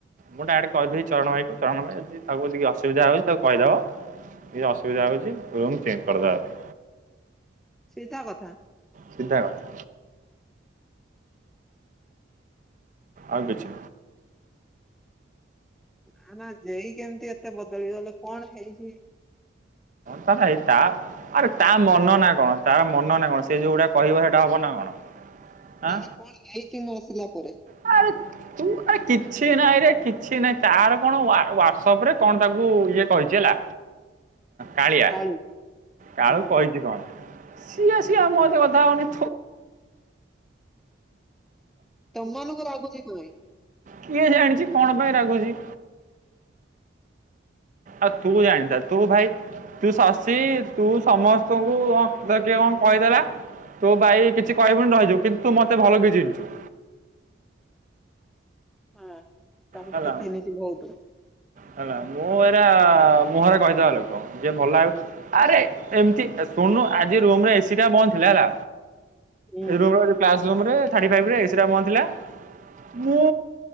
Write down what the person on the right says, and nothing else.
ମୁଁ ଡାଇରେକ୍ଟ କହିଦେଇଚି ଚରଣ ଭାଇକୁ ଚରଣ ଭାଇ ଯଦି ତାକୁ ଟିକେ ଅସୁବିଧା ହଉଛି ତାକୁ କହିଦବ ଯଦି ଅସୁବିଧା ହଉଚି ରୁମ ଚେଞ୍ଜ କରିଦେବା।
ସିଧା କଥା। ଆଉ କିଛି
କଣ ତାର ହେଇଚି ତା ଆରେ ତା ମନ ନା କଣ ତାର ମନ ନା କଣ ସେ ଯୋଉଟା କହିବ ସେଇଟା ହବ ନା କଣ। ଆଁ
<unintelligible> ତୁ ଆରେ କିଛି ନାଇଁ ରେ କିଛି ନାଇଁ ତାର କଣ ୱାଟସପ ରେ କଣ ତାକୁ ଇଏ କହିଛି ହେଲା। କାଳିଆ
କାଳୁ
କହିଛି କଣ। ସିଏ ସିଏ ମୋ ଠି କଥା ହଉନି।
କେ ଜାଣି ସେ କଣ ପାଇଁ ରାଗୁଚି। ଆଉ ତୁ ଜାଣିଥା ତୁ ଭାଇ ତୁ ଶଶୀ ତୁ ସମସ୍ତଙ୍କୁ କିଏ କଣ କହିଦେଲା। ତୁ ଭାଇ କିଛି କହିବୁନି ରହିିଯିବୁ। କିନ୍ତୁ ମତେ ଭଲ କି ଚିହ୍ନିଚୁ।
ହେଲା
ହେଲା ମୁଁ ଏରା ମୁହଁରେ କହିଦେବା ଲୋକ। ଯିଏ ଭଲ ଭାବୁଚି ଆରେ ଏମତି ଶୁଣୁନୁ ଆଜି ରୁମ୍ ରେ ଏସି ଟା ବନ୍ଦ ଥିଲା ହେଲା।
ରୁମ୍ ରେ କ୍ଲାସ୍ ରୁମ୍ ରେ ଥାର୍ଟୀ ଫାଇବ ରେ ଏସିଟା ବନ୍ଦଥିଲା। ମୁଁ